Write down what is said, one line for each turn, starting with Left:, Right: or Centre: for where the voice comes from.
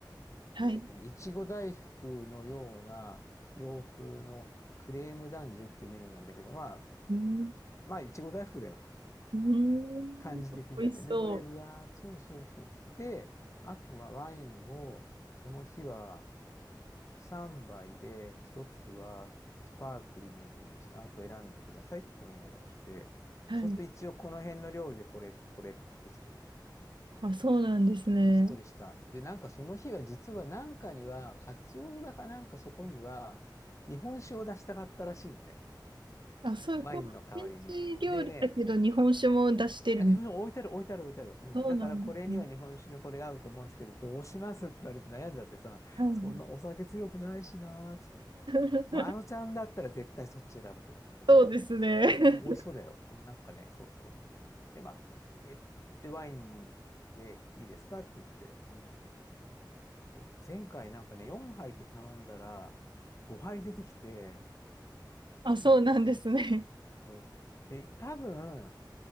Right: はい、
Left: えっとね、いちご大福のような洋風のクレームダンジュっていうメニューなんだけど、まあ、
Right: うん、
Left: まあ、いちご大福だよ。
Right: うん、
Left: 感じ的にはね。
Right: 美味しそ
Left: で、それずらーっと、そうそうそうそう。で、あとはワインを、その日は3杯で、1つはスパークリングにした後選んでくださいってお願いをして、
Right: う。
Left: そうすると一応この辺の料理でこれ、
Right: はい、
Left: これってきて、
Right: あ、そうなんですね。
Left: そうでした。で、なんかその日は実はなんかには、カツオだかなんかそこには、日本酒を出したかったらしいのね。
Right: あ、そう、
Left: ワインの代わりに。
Right: こう、フレンチ料理だけど、
Left: でね、
Right: 日本酒も出してるみたい。
Left: あ、日本酒置いてある置いてある置いてある。うん。
Right: そうなんですね。
Left: だからこれには日本酒のこれが合うと思うんですけど、どうしますって言われて悩んじゃってさ、
Right: はい。
Left: そんなお酒強くないしなーっつって。
Right: <laughs>
Left: まあ、あのちゃんだったら絶対そっち選ぶと思うんだけど、
Right: そうですね。
Left: うん、美味しそうだよ。うん、なんかね、そうそうそう。で、まあ、え、で、ワインでいいですかって言って、うん。そう、前回なんかね、4杯って頼んだら、5杯出てきて、
Right: <laughs> あ、そうなんですね。
Left: うん。そうで、多分、